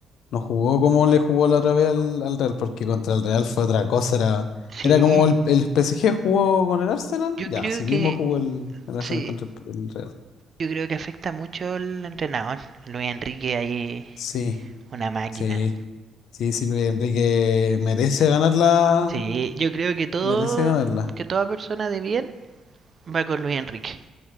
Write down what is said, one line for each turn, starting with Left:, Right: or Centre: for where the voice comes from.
Left: no jugó como le jugó la otra vez al, al Real, porque contra el Real fue otra cosa, era...
Right: Sí.
Left: Era como el, el PSG jugó con el Arsenal,
Right: Yo
Left: ya,
Right: creo
Left: así
Right: que,
Left: mismo jugó el, el Arsenal
Right: sí,
Left: contra el el Real.
Right: yo creo que afecta mucho el entrenador. Luis Enrique ahí,
Left: Sí,
Right: una máquina.
Left: sí, sí, sí, Luis Enrique merece ganarla,
Right: Sí, yo creo que todo,
Left: merece ganarla.
Right: que toda persona de bien va con Luis Enrique.